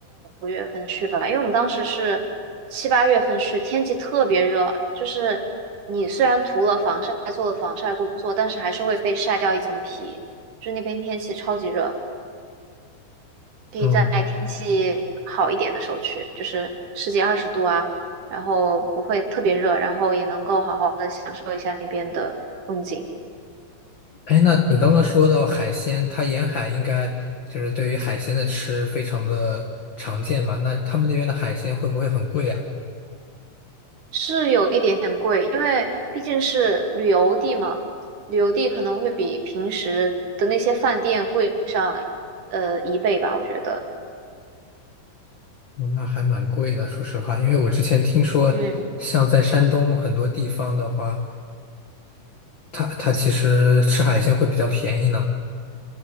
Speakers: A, on the right (about 60°); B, on the left (about 60°).
A: 月份去吧，因为我们当时是七八月份去，天气特别热，就是你虽然涂了防晒，做了防晒工作，但是还是会被晒掉一层皮。就那边天气超级热，可以在天气好一点的时候去，
B: 嗯。
A: 就是十几二十度啊，然后不会特别热，然后也能够好好的享受一下那边的风景。
B: 哎，那你刚刚说到海鲜，它沿海应该就是对于海鲜的吃非常的常见吧？那他们那边的海鲜会不会很贵啊？哦
A: 是有一点点贵，因为毕竟是旅游地嘛，旅游地可能会比平时的那些饭店贵上呃一倍吧，我觉得。
B: 那还蛮贵的，说实话，因为我之前听说，
A: 嗯
B: 像在山东很多地方的话，它它其实吃海鲜会比较便宜呢。